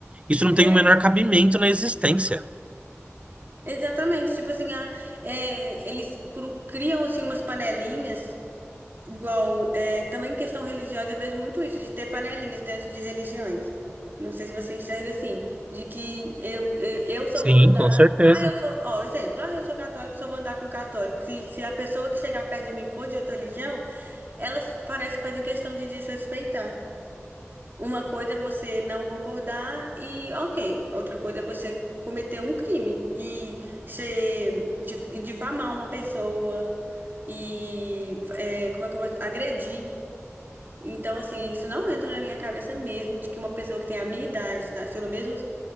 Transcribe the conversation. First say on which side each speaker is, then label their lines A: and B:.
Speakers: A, on the right; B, on the right.
A: Isso não
B: é,
A: tem o menor cabimento na existência.
B: exatamente, tipo assim, ah, é, eles cru- criam, assim, umas panelinhas Igual, é, também em questão religiosa, eu vejo muito isso, de ter panelinhas dentro de religiões. Não sei se você enxerga assim, de que eu, eu eu só
A: Sim,
B: vou andar.
A: com certeza.
B: Ah, eu sou. Ó, exemplo, ah, eu sou católico, só vou andar com católico. Se, se a pessoa que chegar perto de mim for de outra religião, elas parecem que fazem questão de desrespeitar. Uma coisa é você não concordar e ok. Outra coisa é você cometer um crime e ser, dif- e difamar uma pessoa e é, como é que eu posso, agredir. Então, assim, isso não entra na minha cabeça mesmo de que uma pessoa que tem a minha idade, nasceu no mesmo,